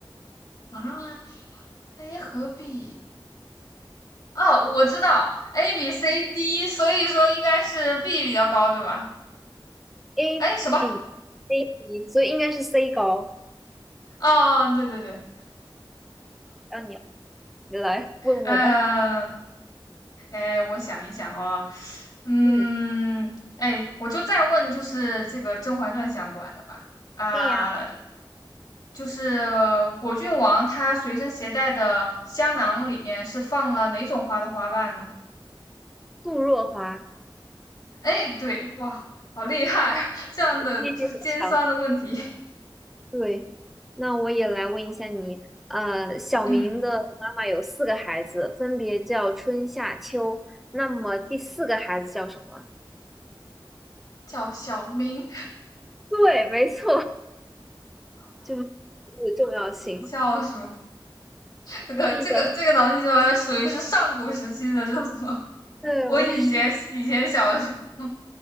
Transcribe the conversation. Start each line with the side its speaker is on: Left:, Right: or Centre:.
Left: 上啊，哎，何必？哦，我知道 A B C D，所以说应该是 B 比较高，对吧？
Centre: ？A
Left: 哎，什么？
Centre: 比 B，所以应该是 C 高。
Left: 哦，对对对，
Centre: 让你你来问我吧。
Left: 嗯，呃哎，我想一想哦，嗯，
Centre: 嗯，
Left: 哎，我就再问，就是这个《甄嬛传》相关的吧，啊、
Centre: 对呀，
Left: 就是果郡王他随身携带的香囊里面是放了哪种花的花瓣呢？
Centre: 杜若华，
Left: 哎，对，哇，好厉害啊 <laughs> 这样的就是尖酸的问题，
Centre: 你也很强。对，那我也来问一下你。呃，小明的妈妈有四个孩子，
Left: 嗯，
Centre: 分别叫春夏秋。那么第四个孩子叫什么？
Left: 叫小明，
Centre: <laughs> 对，没错。就是的重要性，
Left: <laughs> 叫什么？这个这个这个脑筋急转弯属于是上古时期的这种。
Centre: 就是叫对我也是
Left: 我以前以前小的时候
Centre: <laughs>
Left: <laughs>